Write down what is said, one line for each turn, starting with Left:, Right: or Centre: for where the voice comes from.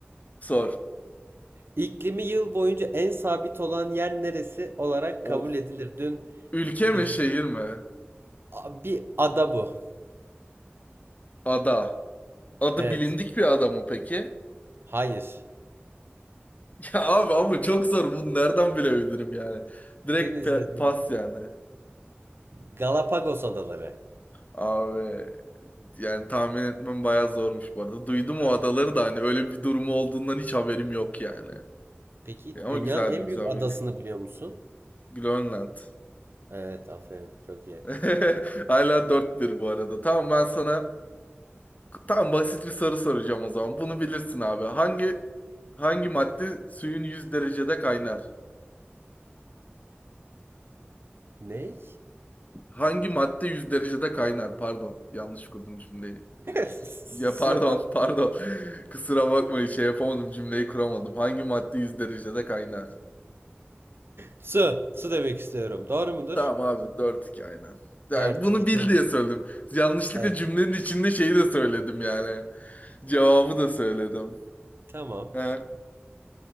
Left: Sor.
Right: İklimi yıl boyunca en sabit olan yer neresi olarak
Left: Of.
Right: kabul edilir? Dün
Left: Ülke
Right: bir,
Left: mi şehir mi?
Right: a- bir ada bu.
Left: Ada. Adı
Right: Evet.
Left: bilindik bir ada mı peki?
Right: Hayır.
Left: <laughs> Ya abi ama çok zor. Bunu nereden bilebilirim yani? Direkt
Right: Dün izledim.
Left: pe- pas yani.
Right: Galapagos Adaları.
Left: Abi yani tahmin etmem bayağı zormuş bu arada. Duydum o adaları
Right: Evet.
Left: da hani öyle bir durumu olduğundan hiç haberim yok yani.
Right: Peki
Left: Ya Ama
Right: dünyanın
Left: güzel
Right: en
Left: bir güzel
Right: büyük adasını
Left: bir şey.
Right: biliyor musun?
Left: Grönland.
Right: Evet, aferin. Çok iyi.
Left: <laughs> Hala dört 1 bu arada. Tamam ben sana tamam basit bir soru soracağım o zaman. Bunu bilirsin abi. Hangi hangi madde suyun 100 derecede kaynar?
Right: Ne?
Left: Hangi madde 100 derecede kaynar? Pardon. Yanlış kurdum cümleyi.
Right: <laughs>
Left: Ya pardon,
Right: Su.
Left: pardon. <laughs> Kusura bakmayın şey yapamadım cümleyi kuramadım. Hangi madde 100 derecede kaynar?
Right: Su. Su demek istiyorum. Doğru mudur?
Left: Tamam abi dört iki aynen. Yani
Right: 4-2
Left: bunu bil
Right: çok
Left: diye
Right: güzel.
Left: söyledim. Yanlışlıkla
Right: Evet.
Left: cümlenin içinde şeyi de söyledim yani. Cevabı da söyledim.
Right: <laughs> Tamam.
Left: He.